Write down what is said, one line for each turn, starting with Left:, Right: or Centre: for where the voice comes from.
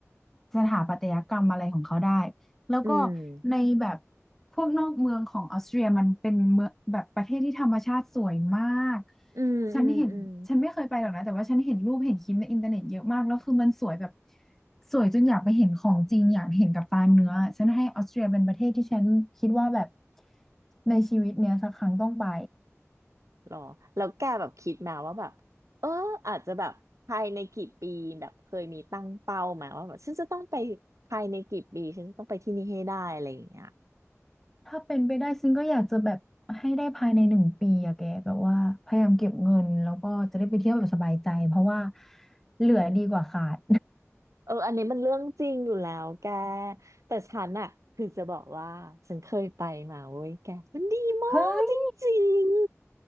Centre: สถาปัตยกรรมอะไรของเขาได้ แล้วก็
Right: อืม
Centre: ในแบบพวกนอกเมืองของออสเตรียมันเป็นเมืองแบบประเทศที่ธรรมชาติสวยมาก
Right: อืมอืมอืม
Centre: ฉันเห็นฉันไม่เคยไปหรอกนะแต่ว่าฉันเห็นรูปเห็นคลิปในอินเทอร์เน็ตเยอะมากแล้วคือมันสวยแบบสวยจนอยากไปเห็นของจริงอยากเห็นกับตาเนื้อฉันให้ออสเตรียเป็นประเทศที่ฉันคิดว่าแบบในชีวิตเนี้ยสักครั้งต้องไป
Right: หรอแล้วแกแบบคิดมาว่าแบบเอออาจจะแบบภายในกี่ปีแบบเคยมีตั้งเป้ามาว่าแบบฉันจะต้องไปภายในกี่ปีฉันจะต้องไปที่นี่ให้ได้อะไรอย่างเงี้ย
Centre: ถ้าเป็นไปได้ซึ่งก็อยากจะแบบให้ได้ภายในหนึ่งปีอะแกแบบว่าพยายามเก็บเงินแล้วก็จะได้ไปเที่ยวแบบสบายใจเพราะว่าเหลือดีกว่าขาด
Right: เอออันนี้มันเรื่องจริงอยู่แล้วแกแต่ฉันอะคือจะบอกว่าฉันเคยไปมาเว้ยแกมันดีมากจริง
Centre: เฮ้ย